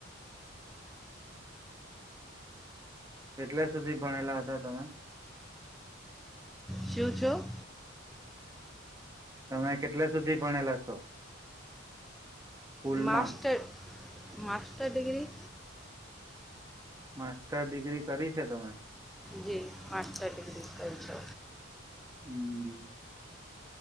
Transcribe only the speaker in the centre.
છું છો?
master master degree.
જી માાસ્ટર ડિગ્રી કરી છે